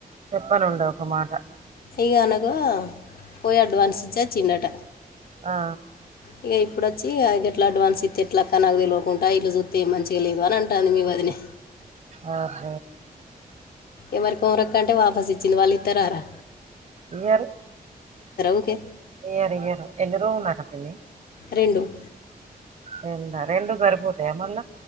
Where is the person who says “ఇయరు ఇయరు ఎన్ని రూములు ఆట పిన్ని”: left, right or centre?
Right